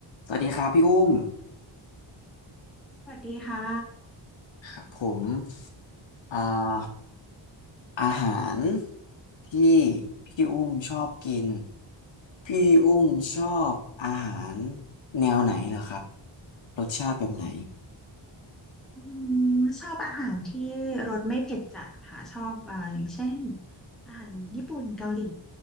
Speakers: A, on the left; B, in the centre.
A: สวัสดีครับพี่อุ้ม
B: สวัสดีค่ะ
A: ครับผมอ่าอาหารที่พี่อุ้มชอบกินพี่อุ้มชอบอาหารแนวไหนเหรอครับรสชาติแบบไหน
B: อืมชอบอาหารที่รสไม่เผ็ดจัดค่ะชอบอ่าอย่างเช่นอาหารญี่ปุ่นเกาหลี